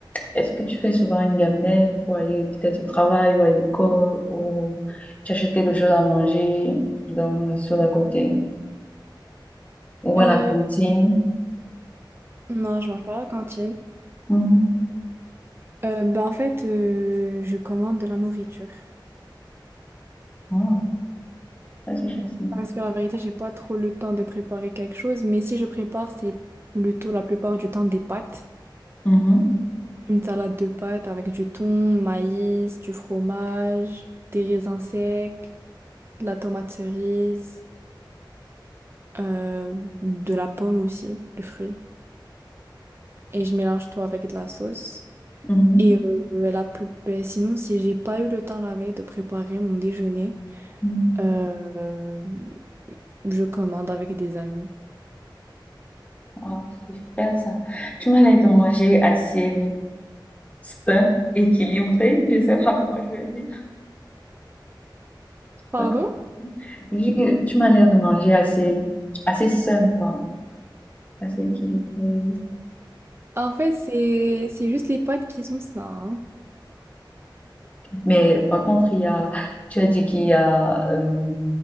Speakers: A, on the left; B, on the right.
A: Est-ce que tu fais souvent une gamelle pour aller peut-être au travail ou à l'école ou tu achètes quelque chose à manger dans, sur la côté ou
B: Euh,
A: à la cantine?
B: non, je mange pas à la cantine.
A: Mhm.
B: Euh, ben, en fait, euh, je commande de la nourriture.
A: Ah, ça c'est facile.
B: Parce que la vérité, j'ai pas trop le temps de préparer quelque chose, mais si je prépare, c'est plutôt la plupart du temps des pâtes.
A: Mhm,
B: Une salade de pâtes avec du thon, maïs, du fromage, des raisins secs, de la tomate cerise, euh, de la pomme aussi, le fruit. Et je mélange tout avec de la sauce.
A: mhm,
B: Et euh, la plus... ben, sinon, si j'ai pas eu le temps la veille de préparer mon déjeuner,
A: mhm.
B: Euh, je commande avec des amis.
A: Ah, c'est super ça. Tu m'as l'air de manger assez sain, équilibré, je sais pas comment je vais dire.
B: Pardon?
A: Pas comme- Je- Tu m'as l'air de manger assez, assez sain, quoi. Assez équilibré,
B: En fait, c'est c'est juste les pâtes qui sont ça. hein.
A: Mais par contre, il y a, tu as dit qu'il y a euh,